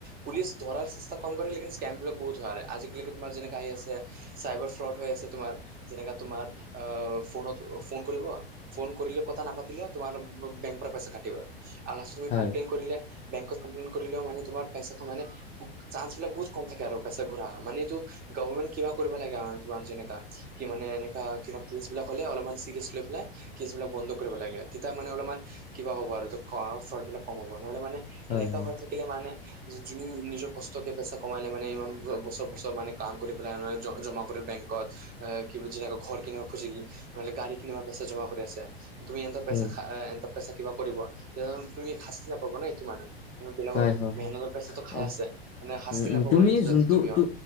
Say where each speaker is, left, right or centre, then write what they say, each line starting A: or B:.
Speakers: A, on the right; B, on the left.
A: পুলিচ ধৰাৰ চেষ্টা কম কৰে লেকিন স্কেম বিলাক বহুত হয় আজিকালিক তোমাৰ যেনেকা আহি আছে। চাইবাৰ ফ্ৰড হৈ আছে তোমাৰ যেনেকা তোমাৰ আহ ফোনত ফোন কৰিব। ফোন কৰিলে কথা নাপাতিলে তোমাৰ বে পৰা পইচা কাটিব আৰু তুমি
B: হয়
A: কমপ্লেইন কৰিলে, বেকত কমপ্লেন কৰিলে মানে তোমাৰ পইচা মানে, চান্স বিলাক বহুত কম থাকে আৰু পইচা ঘূৰা মানে এইটো, গভমেণ্ট কিবা কৰিব লাগে আৰু তোমাৰ যেনেকা, কি মানে এনেকা কিবা কেছ বিলাক হ'লে অলপমান চিৰিয়াছ লৈ পেলাই। কেচবিলাক বন্ধ কৰিব লাগে তেতিয়া মানে অলপমান কিবা হ'ব আৰু খৰচ বিলাক কম হ'ব নহ'লে মানে।
B: হয়
A: এনেকা
B: হয়
A: হৈ থাকিলে মানে। য নিজৰ কষ্টকে পইচা কমালে মানে ইমান বছৰ বছৰ মানে কাম কৰি পেলাই মে জমা কৰিলে বেংকত, আহ কি যেনেকে ঘৰ কিনিবা খুজিল মানে গাড়ী কিনিব পইচা জমা আছে তুমি এ পইচা
B: উম
A: এ পইচা কিবা কৰিব তে তুমি শাস্তি নাপাবা নে এইটো মানুহ, বিলাকৰ
B: হয় হয়
A: মেহনতৰ পেচাটো খাই
B: অ
A: আছে মানে শাস্তি
B: উম, উম,
A: নাপাব
B: তুমি যোনটো
A: তুমিও,
B: তু